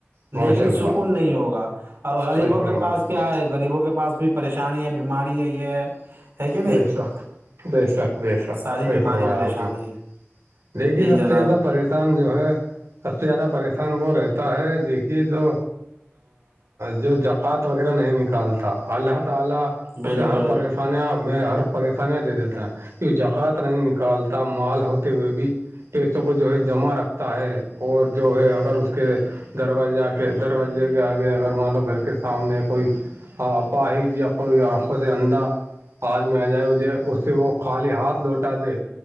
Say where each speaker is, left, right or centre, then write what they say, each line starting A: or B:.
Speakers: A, on the right; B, on the right.
A: ماشاء
B: لیکن
A: اللہ
B: سکون نہیں ہوگا اور غریبوں
A: صحیح فرمایا
B: کے پاس
A: آپ
B: کیا
A: نے
B: ہے غریبوں کے پاس بھی پریشانی ہے بیماری ہے یہ ہے ہے کہ نہیں
A: بے شک بے شک بے شک
B: ساری
A: سحی
B: بیماری
A: فرمایا
B: پریشانی
A: آپ نے
B: ہے
A: دیکھیے
B: جی
A: سب
B: جناب
A: سے زیادہ پریشان جو ہے سب سے زیادہ پریشان وہ رہتا ہے کہ جو جو جکات وغیرہ نہیں نکالتا اللہ تعا
B: بالکل
A: اسے ہر پریشانیا میں ہر پریشانیاں دے دیتا ہے جو جکۃ نہیں نکالتا مال ہوتے ہوئے بھی پیسوں کو جو ہے جمع رکھتا ہے اور جو ہے اگر اس کے دروازہ آ کے دروازے کے آگے اگر مانو گھر کے سامنے کوئی اپاہد یا کوئی آنکھوں سے اندھا آج میں آ جائے مجھے اس سے وہ خالی ہاتھ لوٹا دے